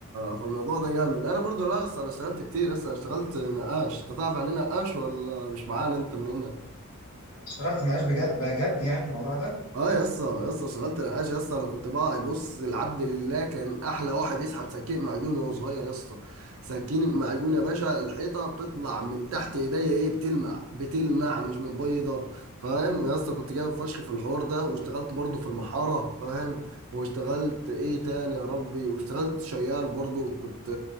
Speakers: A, on the right; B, on the left.
A: فالموضوع ده جامد انا برضو لا اصل انا اشتغلت كتير لسه اشتغلت نقاش انت تعرف يعني ايه نقاش ولا مش معانا انت من هنا
B: اشتغلت نقاش بجد بجد يعني الموضوع ده؟
A: اه يا اسطى يا اسطى اشتغلت نقاش يا اسطى انا كنت بقى بص العبد لله كان احلى واحد يسحب سكين معجون وهو صغير يا اسطى سكين معجون يا باشا الحيطه بتطلع من تحت ايديا ايه بتلمع بتلمع مش مبيضه فاهم يا اسطى كنت جامد فشخ في الحوار ده واشتغلت برضه في المحاره فاهم واشتغلت ايه تاني يا ربي واشتغلت شيال برضه كنت